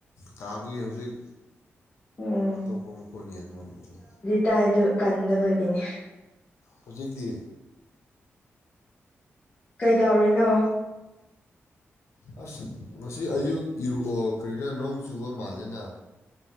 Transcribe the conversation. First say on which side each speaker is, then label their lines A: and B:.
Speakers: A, on the left (about 80°); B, on the left (about 30°).
A: ꯇꯥꯕꯒꯤ ꯍꯧꯖꯤꯛ
B: ꯑꯣ
A: ꯑꯇꯣꯄꯃꯀꯅꯤꯦꯝ ꯑꯃ
B: ꯇꯥꯏꯗꯨ ꯀꯟꯗꯕꯒꯤꯅꯤ
A: ꯍꯧꯖꯤꯛꯇꯤ
B: ꯀꯩꯗꯧꯔꯤꯅꯣ
A: ꯑꯁ ꯉꯁꯤ ꯑꯌꯨꯛ ꯏꯔꯨꯑꯣꯈ꯭ꯔꯤꯔꯥ ꯅꯣꯡ ꯆꯨꯕ ꯃꯥꯜꯂꯦꯅ